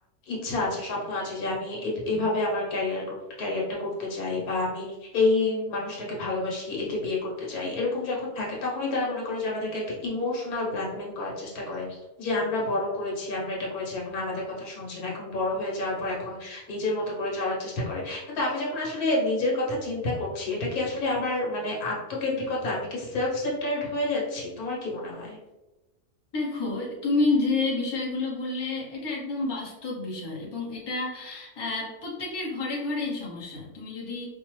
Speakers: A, on the left; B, on the left.
A: ইচ্ছা আছে স্বপ্ন আছে যে আমি এ- এভাবে আমার ক্যারিয়ার ক্যারিয়ারটা করতে চাই বা আমি এই মানুষটাকে ভালোবাসি একে বিয়ে করতে চাই এরকম যখন থাকে তখনই তারা মনে করে যে আমাদেরকে একটা ইমোশনাল ব্ল্যাকমেল করার চেষ্টা করে যে আমরা বড় করেছি আমরা এটা করেছি এখন আমাদের কথা শুনছে না এখন বড় হয়ে যাওয়ার পর এখন নিজের মতো করে চলার চেষ্টা করে কিন্তু আমি যখন আসলে নিজের কথা চিন্তা করছি এটা কি আসলে আমার মানে আত্মকেন্দ্রিকতা আমি কি সেলফ সেন্টার্ড হয়ে যাচ্ছি তোমার কি মনে হয়
B: দেখো তুমি যে বিষয়গুলো বললে এটা একদম বাস্তব বিষয় এবং এটা আহ, প্রত্যেকের ঘরে ঘরে এই সমস্যা তুমি যদি